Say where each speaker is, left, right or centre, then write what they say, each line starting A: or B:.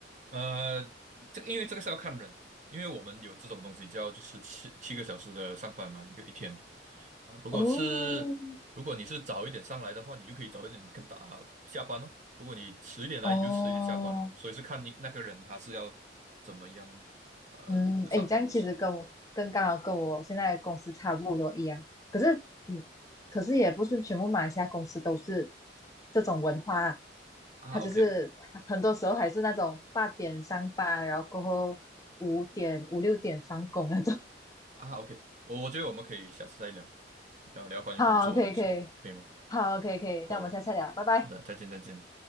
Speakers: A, on the right; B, on the left.
A: 呃，这因为这个是要看人，因为我们有这种东西叫就是七七个小时的上班嘛，一个一天。啊，如果是如果你是早一点上来的话，
B: 哦，
A: 你就可以早一点跟打下班哦。如果你迟一点来，
B: 哦，
A: 你就迟一点下班哦。所以是看你那个人他是要怎么样呃的上班模式
B: 嗯，哎，这样其实跟我跟刚好跟我现在的公司差不多一样，可是，嗯，可是也不是全部马来西亚公司都是这种文化啦，
A: 啊。
B: 它就是很多时候还是那种八点上班，
A: OK
B: 然后过后五点五六点放工那种。<laughs>
A: 啊，OK，我我觉得我们可以下次再聊聊聊关于工作的东西，
B: 好，可以可以，
A: 可以吗？
B: 好，可以可以，
A: 好的，
B: 这样我们下次再聊，拜拜。
A: 好的，再见再见。